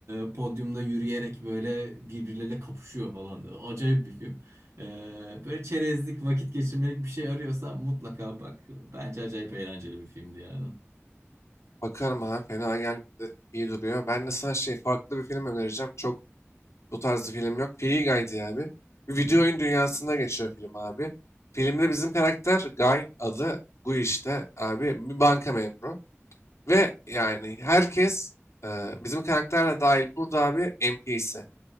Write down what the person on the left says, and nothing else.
Bakarım abi fena gelmedi. İyi duruyor. Ben de sana şey farklı bir film önereceğim. Çok bu tarzı film yok. Free Guy diye abi. Bir
video
oyun dünyasında geçiyor film abi. Filmde bizim karakter Guy adı Guy işte abi bir banka memuru. Ve yani herkes e, bizim karakterle dahil burada abi NPC.